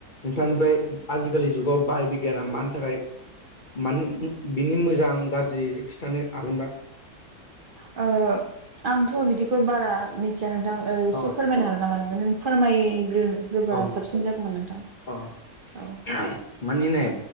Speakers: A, on the left; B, on the right.
A: नोंथांनिफ्राय आजिखालि जुगाव बाहाय बिगियाना मानि थाखाय मान बिनि मोजां गाज्रि खिन्थानो हागोनबा?
B: ओ आंथ' बिदिखौ बारा मिथिया नोंथां एसे
A: अ
B: फोरमायनो हागोन नामा नोङो नों फोरमायग्रोनो गोबा
A: अ
B: साबसिन जागौमोन नोंथां।
A: अ <inaudible>
B: औ
A: मानि नाय